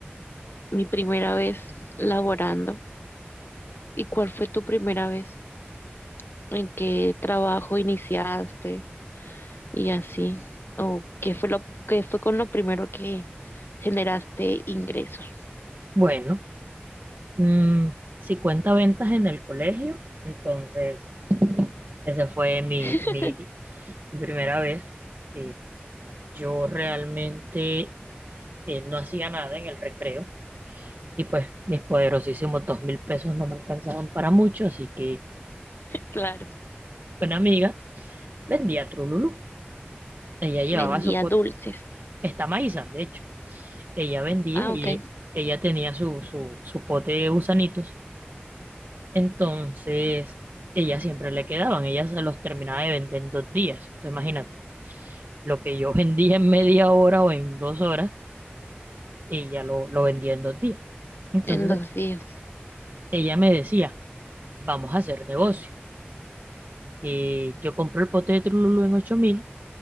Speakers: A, on the left; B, on the right.
A: mi primera vez laborando y cuál fue tu primera vez, en qué trabajo iniciaste y así, o qué fue lo, qué fue con lo primero que generaste ingresos.
B: Bueno, mm, 50 ventas en el colegio, entonces esa fue mi,
A: <laughs>
B: mi primera vez. Eh, yo realmente eh, no hacía nada en el recreo y pues mis poderosísimos dos mil pesos no me alcanzaban para mucho, así que
A: Claro,
B: una amiga vendía Trululú. Ella llevaba
A: vendía
B: su, po-
A: dulces.
B: está Maísa, de hecho. Ella vendía
A: Ah,
B: y
A: ok,
B: ella tenía su, su, su pote de gusanitos. Entonces, ella siempre le quedaban, ella se los terminaba de vender en dos días. Entonces, imagínate, lo que yo vendía en media hora o en dos horas, ella lo, lo vendía en dos días. Entonces,
A: en dos días.
B: ella me decía, vamos a hacer negocio. Eh, yo compro el pote de Trululú en ocho mil,